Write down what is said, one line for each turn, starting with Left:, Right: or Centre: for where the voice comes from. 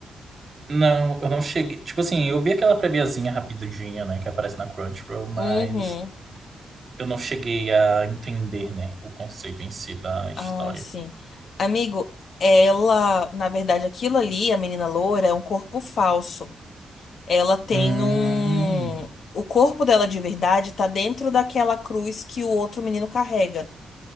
Right: Não, eu não cheguei. Tipo assim, eu vi aquela préviazinha rapidinha, né, que aparece na Crunchyroll, mas
Left: Uhum.
Right: eu não cheguei a entender, né, o conceito em si da história.
Left: Ah, sim. Amigo, ela, na verdade, aquilo ali, a menina loura, é um corpo falso. Ela tem
Right: Hum.
Left: um. O corpo dela de verdade tá dentro daquela cruz que o outro menino carrega.